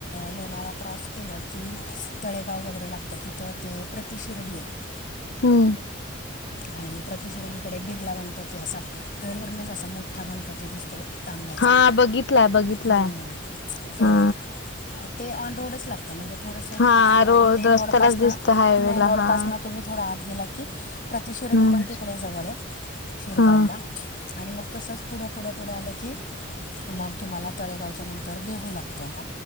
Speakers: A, on the left; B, on the left.
A: लोणावळा क्रॉस केलं की तळेगाव वगैरे लागतं तिथं ते प्रतिशिर्डी आहे
B: हम्म
A: आणि प्रतिशीर्डी कडे बिर्ला गणपती असा रोडवरनेच असा मोठा गणपती दिसतो. तांब्याचा
B: हा बघितलाय बघितलाय
A: हम्म. तो
B: हा
A: ते ऑन रोडच लागत म्हणजे थोडंसं
B: हा रोड
A: मेन
B: रस्त्यालाच
A: रोडपासनं
B: दिसत हायवेला
A: मेन रोडपासनं
B: हा
A: तुम्ही थोडं आात गेला की प्रतिशिर्डी
B: हम्म
A: पण तिकडे जवळे शिरगावला
B: हा
A: आणि मग तसच पुढं पुढं पुढं आलं की मग तुम्हाला तळेगावच्या नंतर देहू लागत